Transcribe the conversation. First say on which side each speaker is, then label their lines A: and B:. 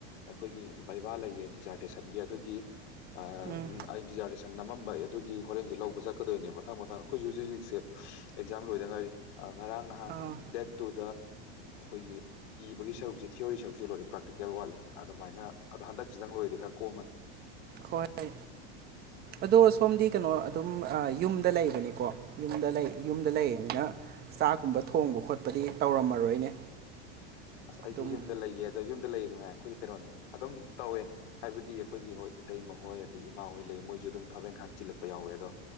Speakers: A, on the left; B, on the right.
A: ꯑꯩꯈꯣꯏꯒꯤ ꯕꯩꯕꯥ ꯂꯩꯌꯦ ꯗꯤꯖꯥꯔꯇꯦꯁꯟꯒꯤ ꯑꯗꯨꯒꯤ ꯑꯥ
B: ꯎꯝ
A: ꯑꯩ ꯗꯤꯖꯥꯔꯇꯦꯁꯅꯟ ꯅꯝꯃꯝꯕꯩ ꯑꯗꯨꯒꯤ ꯍꯣꯔꯦꯟꯁꯨ ꯂꯧꯕ ꯆꯠꯀꯗꯣꯏꯅꯦ ꯃꯊꯪ ꯃꯊꯪ ꯑꯈꯣꯏꯁꯨ ꯍꯧꯖꯤꯛ ꯍꯧꯖꯤꯛꯁꯦ꯫ ꯑꯦꯛꯖꯥꯝ ꯂꯣꯏꯗꯥ ꯉꯏꯔꯤ ꯉꯔꯥꯡ ꯅꯍꯥꯟ
B: ꯑꯥ
A: ꯗꯦꯠ ꯇꯨꯗ ꯑꯩꯈꯣꯏꯒꯤ ꯏꯕꯒꯤ ꯁꯔꯨꯛꯁꯦ ꯊꯤꯑꯣꯔꯤ ꯁꯔꯨꯛꯁꯤ ꯂꯣꯏꯔꯦ ꯄ꯭ꯔꯥꯛꯇꯤꯀꯦꯜ ꯋꯥꯠꯂꯤ꯫ ꯑꯗꯨꯃꯥꯏꯅ ꯑꯗꯣ ꯍꯟꯗꯛꯁꯤꯗꯪ ꯂꯣꯏꯔꯗꯤ ꯈꯔ ꯀꯣꯝꯃꯅꯤ
B: ꯍꯣꯏ ꯑꯗꯣ ꯁꯣꯝꯗꯤ ꯀꯩꯅꯣ ꯑꯗꯨꯝ ꯌꯨꯝꯗꯥ ꯂꯩꯕꯅꯤꯀꯣ ꯌꯨꯝꯗꯥ ꯂꯩ ꯌꯨꯝꯗꯥ ꯂꯩꯅꯤꯅ ꯆꯥꯛꯀꯨꯝꯕ ꯊꯣꯡꯕ ꯈꯣꯠꯄꯇꯤ ꯇꯧꯔꯝꯃꯔꯣꯏꯅꯦ꯫
A: ꯑꯁ ꯑꯩꯁꯦ
B: ꯑꯗꯨꯝ
A: ꯌꯨꯝꯗ ꯂꯩꯌꯦ ꯑꯗꯣ ꯌꯨꯝꯗꯥ ꯂꯩꯌꯦꯗꯨ ꯉꯥꯏ ꯑꯩꯈꯣꯏꯗꯤ ꯀꯩꯅꯣꯅꯦ ꯑꯗꯨꯝ ꯇꯧꯋꯦ꯫ ꯍꯥꯏꯕꯗꯤ ꯑꯩꯈꯣꯏꯒꯤ ꯍꯣꯏ ꯏꯇꯩꯃꯥꯈꯣꯏ ꯑꯗꯩ ꯏꯃꯥ ꯍꯣꯏ ꯂꯩ ꯃꯣꯏꯁꯨ ꯑꯗꯨꯝ ꯊꯕꯛ ꯏꯪꯈꯥꯡ ꯆꯤꯜꯂꯛꯄ ꯌꯥꯎꯋꯦ ꯑꯗꯣ